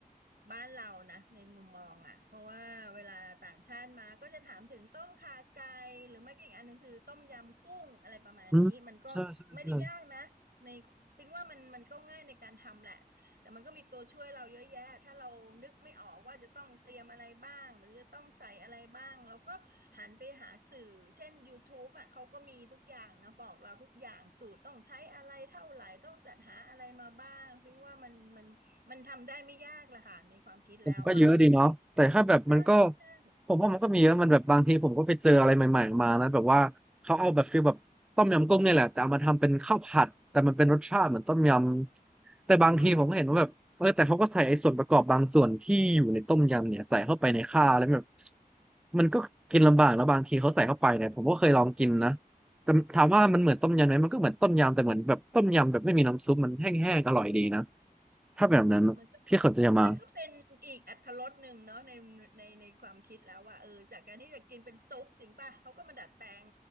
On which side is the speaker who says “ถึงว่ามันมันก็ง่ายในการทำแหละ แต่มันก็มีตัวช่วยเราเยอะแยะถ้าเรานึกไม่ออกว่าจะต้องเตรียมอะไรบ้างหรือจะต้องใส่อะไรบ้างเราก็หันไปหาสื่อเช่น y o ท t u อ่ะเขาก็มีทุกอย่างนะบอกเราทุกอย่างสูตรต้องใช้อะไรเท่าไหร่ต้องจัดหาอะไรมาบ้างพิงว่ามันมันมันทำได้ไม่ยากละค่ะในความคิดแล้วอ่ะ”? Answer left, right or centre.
Right